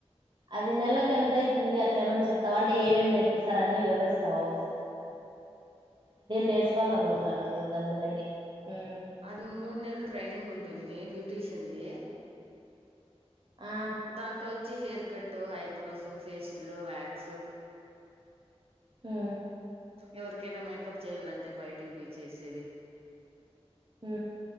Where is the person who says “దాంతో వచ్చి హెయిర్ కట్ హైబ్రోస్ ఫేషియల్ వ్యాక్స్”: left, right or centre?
Right